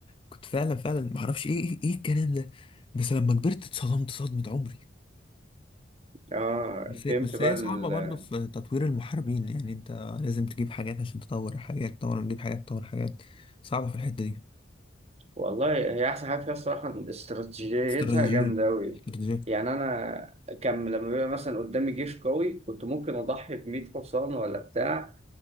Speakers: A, on the left; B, on the right.
A: كنت فعلا فعلا ما اعرفش ايه ايه ايه الكلام ده بس لما كبرت اتصدمت صدمة عمري
B: اه
A: بس هي-
B: فهمت
A: بس
B: بقى
A: هي
B: ال...
A: صعبة برضو في تطوير المحاربين يعني انت لازم تجيب حاجات عشان تطور حاجات تطور تجيب حاجات تطور حاجات صعبة في الحتة دي
B: والله هي احسن حاجه فيها الصراحه إن استراتيجيتها
A: استراتيجية
B: جامده قوي
A: استراتيجية
B: يعني انا كان لما بيبقى مثلا قدامي جيش قوي كنت ممكن اضحي ب 100 حصان ولا بتاع